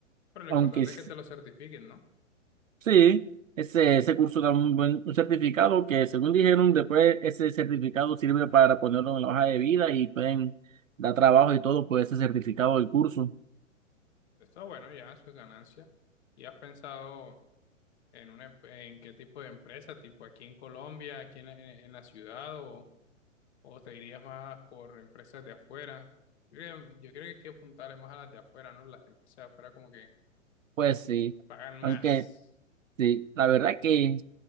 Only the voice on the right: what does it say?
Aunque
s-
sí, ese, ese curso da un buen un certificado que según dijeron, después ese certificado sirve para ponerlo en la hoja de vida y pueden dar trabajo y todo por ese certificado del curso.
Pues sí,
aunque... Sí, la verdad que